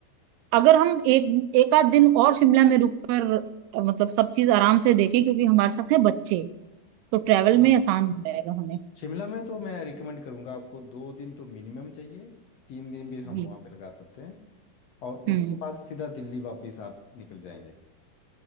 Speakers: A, on the right; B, on the left.
A: अगर हम एक एक आध दिन और शिमला में रुक कर अ, मतलब सब चीज आराम से देखें क्योंकि हमारे साथ है बच्चे तो ट्रैवल
B: हाँ
A: में आसान हो जाएगा हमें
B: शिमला में तो मैं रिकमेंड करूंगा आपको दो दिन तो मिनिमम चाहिए तीन दिन भी हम
A: जी
B: वहाँ पे लगा सकते हैं और
A: हम्म
B: उसके बाद सीधा दिल्ली वापस आप निकल जाएंगे